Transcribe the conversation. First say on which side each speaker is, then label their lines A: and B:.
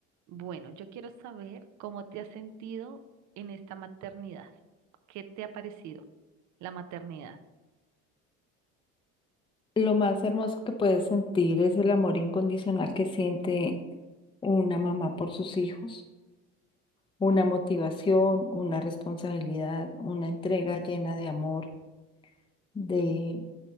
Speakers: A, on the right; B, on the left.
A: Bueno, yo quiero saber cómo te has sentido en esta maternidad. ¿Qué te ha parecido la maternidad?
B: Lo más hermoso que puedes sentir es el amor incondicional que siente una mamá por sus hijos, una motivación, una responsabilidad, una entrega llena de amor, de